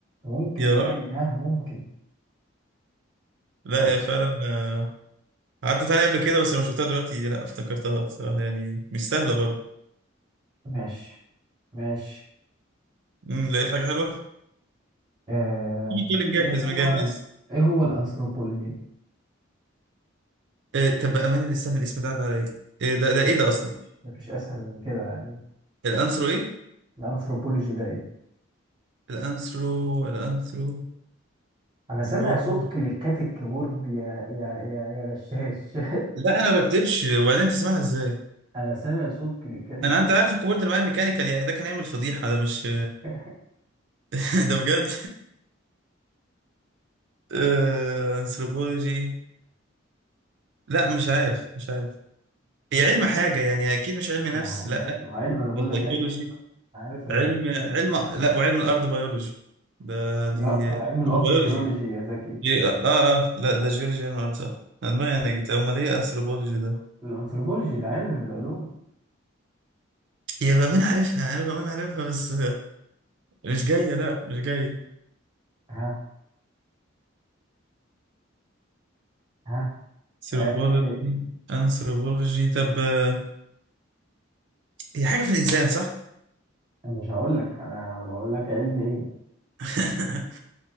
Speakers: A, on the right; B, on the right.
A: ممكن
B: يا
A: يعني
B: راجل
A: ها ممكن
B: لا
A: طيب
B: هي فعلا آه، عدت عليها قبل كده بس لما شفتها دلوقتي لا افتكرتها بصراحة يعني مش سهلة برضه
A: ماشي ماشي
B: أمم، لقيت حاجة حلوة
A: آه
B: تقول مجهز
A: ايه هو
B: مجهز
A: ايه هو الانثروبولوجي
B: آه طب بأمانة استنى الاسم ده عدى عليا إيه ده ده إيه ده أصلا
A: مفيش مفيش اسهل من كده يعني
B: الأنثرو إيه
A: الانثروبولوجي ده ايه
B: الأنثرو الأنثرو
A: انا سامع
B: برضه
A: صوت كليكات الكيبورد يا يا يا يا غشاش
B: لا أنا ما بكتبش وبعدين تسمعها إزاي
A: <laughs> انا سامع صوت كليكات الكيبورد
B: أنا أنت عارف الكيبورد معايا ميكانيكال يعني ده كان يعمل فضيحة ده مش
A: <laughs>
B: <laughs> ده بجد آه أنثروبولوجي لا مش عارف مش عارف هي علم حاجة يعني أكيد مش علم نفس
A: ما هو
B: لا
A: ماشي ما هو علم انا بقول
B: ده psychology
A: لك علم ايه أنا عارف ان
B: علم علم لا وعلم الارض بيولوجي ده دي
A: لا علم الارض
B: مش بيولوجي
A: جيولوجي يا زكي
B: إيه، اه اه آه، لا ده جيولوجي علم الارض صح انا دماغي نجت امال ايه انثروبولوجي ده
A: الانثروبولوجي ده علم من العلوم
B: يا بامين عارفها انا بامين عارفها بس آه، مش جايه لا مش جايه
A: ها ها
B: انثروبولوجي
A: علم ايه
B: انثروبولوجي طب آه، هي حاجه في الانسان صح
A: انا مش هقول لك انا بقول لك علم ايه
B: <laughs>